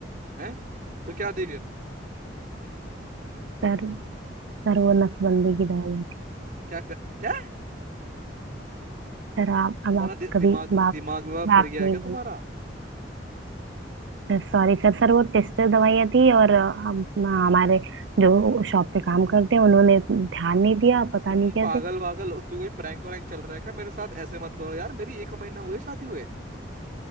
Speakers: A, on the right (about 50°); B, on the right (about 80°).
A: है तो क्या दी फिर
B: सर सर वो नसबंदी की दवाइयाँ थी
A: क्या कर, क्या
B: सर आप अब
A: तुम्हारा
B: आप
A: दि, दिमाग
B: कभी बाप
A: दिमाग विभाग
B: बाप
A: फिर गया
B: नहीं
A: है क्या
B: बन
A: तुम्हारा
B: Sir sorry sir सर वो टेस्टर दवाइयाँ थी और अ, हम हमारे जो शॉप पे काम करते हैं उन्होंने ध्यान नहीं दिया पता
A: तुम
B: नहीं कैसे
A: पागल वागल तू कोई प्रैंक वैंक चल रहा है क्या मेरे साथ ऐसे मत करो यार मेरी एक महीना हुए शादी हुए